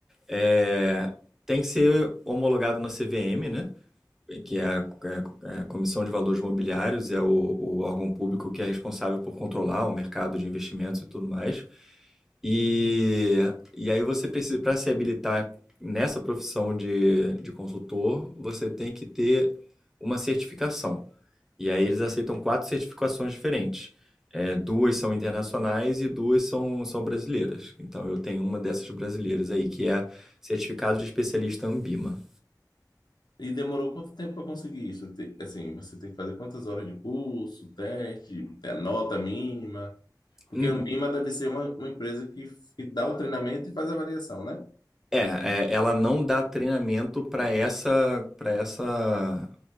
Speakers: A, in the centre; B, on the left.
A: É... Tem que ser homologado na CVM, né? que é a, é a Comissão de Valores Mobiliários, é o, o órgão público que é responsável por controlar o mercado de investimentos e tudo mais. E, e aí você precisa, para se habilitar nessa profissão de, de consultor, você tem que ter uma certificação. E aí eles aceitam quatro certificações diferentes. É, duas são internacionais e duas são, são brasileiras. Então eu tenho uma dessas brasileiras aí, que é certificado de especialista Ambima.
B: E demorou quanto tempo para conseguir isso? Te- Assim, você tem que fazer quantas horas de curso, teste, a nota mínima? Porque
A: Em
B: a mínima deve ser uma, uma empresa que, que dá o treinamento e faz a avaliação, né?
A: É, é, ela não dá treinamento para essa, para essa,